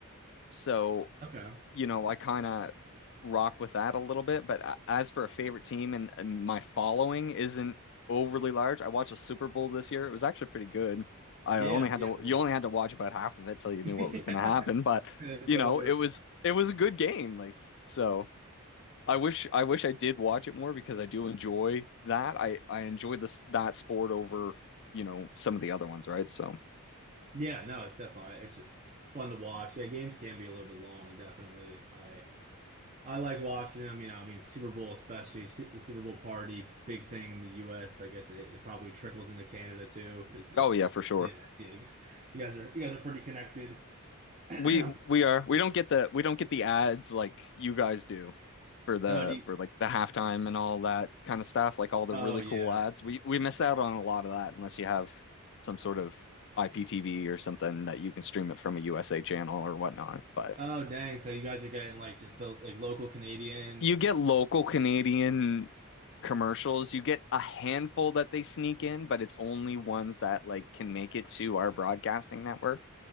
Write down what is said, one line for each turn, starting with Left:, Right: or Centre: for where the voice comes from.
Left: so
Right: Okay.
Left: you know, I kind of rock with that a little bit. But as for a favorite team and, and my following isn't overly large. I watched a Super Bowl this year. It was actually pretty good. I
Right: Yeah,
Left: only had
Right: yeah,
Left: to
Right: it was.
Left: you only had to watch about half of it till
Right: <laughs>
Left: you knew
Right: Yeah,
Left: what was going to happen. But
Right: it's
Left: you
Right: over.
Left: know, it was it was a good game. Like so, I wish I wish I did watch it more because I do enjoy that. I I enjoy this that sport over you know some of the other ones, right? So,
Right: Yeah, no, it's definitely it's just fun to watch. Yeah, games can be a little bit long, definitely. I I like watching them, you know, I mean Super Bowl especially, su- the Super Bowl party, big thing in the US. I guess it, it probably trickles into Canada too. Is it's
Left: oh yeah, for sure.
Right: yeah, yeah. You <laughs> guys are you guys are pretty connected. <clears throat>
Left: We we are. We don't get the we don't get the ads like you guys do for the
Right: Oh, do you,
Left: for like the halftime and all that kind of stuff, like all the
Right: oh
Left: really
Right: yeah.
Left: cool ads. We we miss out on a lot of that unless you have some sort of IPTV or something that you can stream it from a USA channel or whatnot. But
Right: Oh dang, so you guys are getting like just the like local Canadian.
Left: you get local Canadian commercials. You get a handful that they sneak in, but it's only ones that like can make it to our broadcasting network.